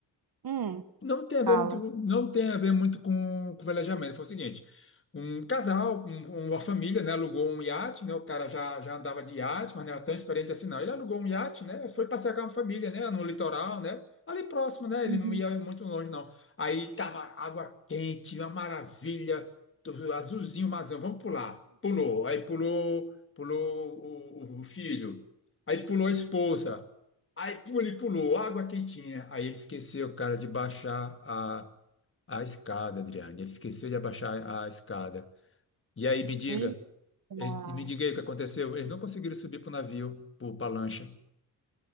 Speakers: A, on the right (about 55°); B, on the left (about 30°).
A: Hum,
B: não tem a ver
A: fala.
B: muito, não tem a ver muito com, com velejamento. Foi o seguinte, um casal, um- uma família, né, alugou um iate, né, o cara já, já andava de iate, mas não era tão experiente assim, não. Ele alugou um iate, né, foi passear com a família, né, no litoral, né, ali próximo, né, ele
A: Uhum.
B: não ia muito longe, não. Aí tava água quente, uma maravilha, tudo azulzinho, mazão, vamos pular. Pulou, aí pulou, pulou o o- o filho, aí pulou a esposa. Aí pu- ele pulou, água quentinha. Aí ele esqueceu, cara, de baixar a, a escada, Adriane. Ele esqueceu de abaixar a escada. E aí, me diga,
A: Eita. Ah,
B: eles- me diga aí o que aconteceu. Eles não conseguiram subir pro navio, pro, pra lancha.